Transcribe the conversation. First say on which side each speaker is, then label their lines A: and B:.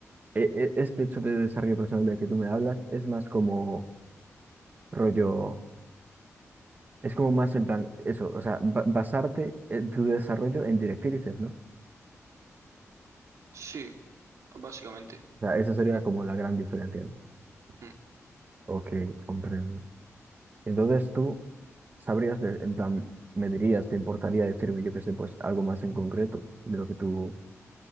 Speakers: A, on the right (about 35°); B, on the right (about 75°).
A: eh, este hecho de desarrollo personal del que tú me hablas es más como rollo Es como más en plan, eso, o sea, ba- basarte en tu desarrollo en directrices, ¿no?
B: Sí, básicamente.
A: O sea, esa sería como la gran diferencia, ¿no?
B: Mm.
A: Ok, comprendo. Entonces tú sabrías, de- en plan, me dirías, te importaría decirme, yo qué sé, pues algo más en concreto de lo que tú,